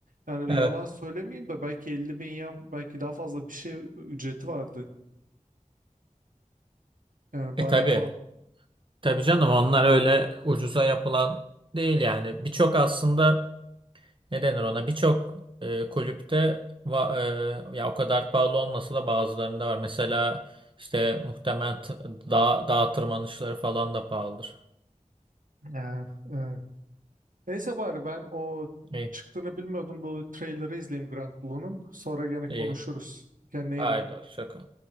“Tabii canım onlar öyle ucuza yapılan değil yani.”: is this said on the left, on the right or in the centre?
Right